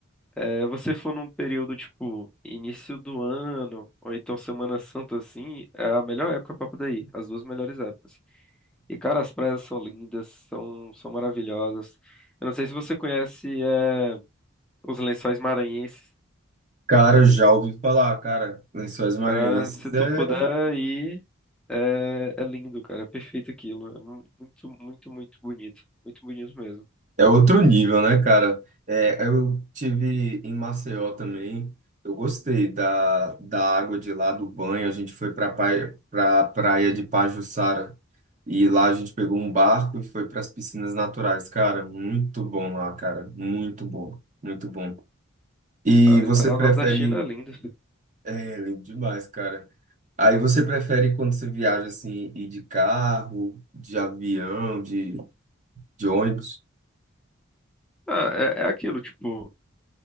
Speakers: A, in the centre; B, on the right.
A: é, você for num período tipo início do ano, ou então Semana Santa, assim, é a melhor época pra poder ir, as duas melhores épocas. E, cara, as praias são lindas, são, são maravilhosas. Eu não sei se você conhece é, os Lençóis Maranhenses.
B: cara, já ouvi falar, cara. Lençóis Maranhenses
A: né? Se tu
B: é
A: puder ir, é, é lindo, cara. É perfeito aquilo. É mu- muito, muito, muito bonito. Muito bonito mesmo.
B: É outro nível, né, cara? É, eu tive em Maceió também. Eu gostei da, da água de lá, do banho. A gente foi para praia, pra praia de Pajuçara. E lá a gente pegou um barco e foi para as piscinas naturais. Cara, muito bom lá, cara. Muito bom, muito bom. E
A: A litoral
B: você prefere.
A: norte da China é linda.
B: É, lindo demais, cara. Aí você prefere quando você viaja assim, ir de carro, de avião, de, de ônibus?
A: Ah, é, é aquilo, tipo,